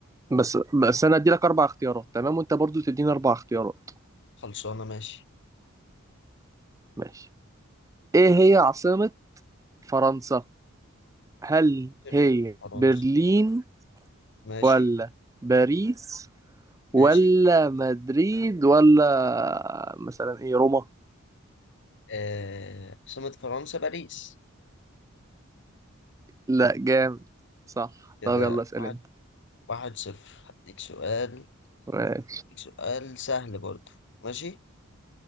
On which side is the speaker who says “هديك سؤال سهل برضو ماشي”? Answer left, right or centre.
Left